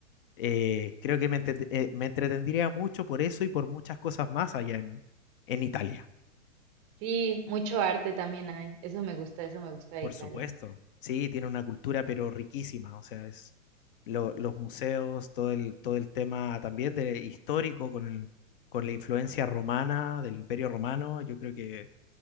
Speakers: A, on the left (about 45°); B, on the right (about 25°).
A: eh, creo que me, entre- eh, me entretendría mucho por eso y por muchas cosas más allá en, en Italia.
B: Sí, mucho arte también hay. Eso me gusta, eso me gusta de
A: Por
B: Italia.
A: supuesto. Sí, tiene una cultura pero riquísima, o sea, es lo- los museos, todo el, todo el tema también de histórico con el- con la influencia romana, del Imperio Romano, yo creo que